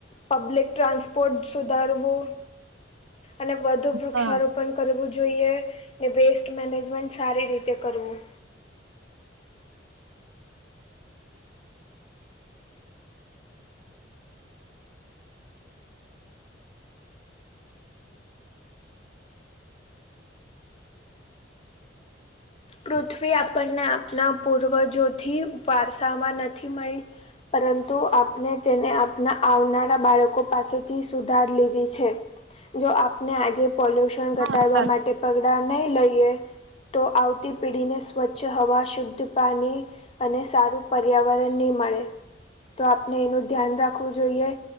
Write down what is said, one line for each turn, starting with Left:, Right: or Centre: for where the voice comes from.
Left: પબ્લિક ટ્રાન્સપોર્ટ સુધારવું અને વધુ વૃક્ષારોપણ
Right: હા
Left: કરવું જોઈએ ને વેસ્ટ મેનેજમેન્ટ સારી રીતે કરવું પૃથ્વી આપણને આપના પૂર્વજોથી વારસા માં નથી મળી પરંતુ આપણે તેને આપણા આવનારા બાળકો પાસેથી સુધાર લીધી છે જો આપને આજે પોલ્યુશન ઘટાડવા
Right: હા સાચું
Left: માટે
Right: કીધું
Left: પગલાં નહીં લઈએ તો આવતી પીઢીને સ્વચ્છ હવા શુદ્ધ પાણી અને સારું પર્યાવરણ નહી મળે તો આપણે એનું ધ્યાન રાખવું જોઈએ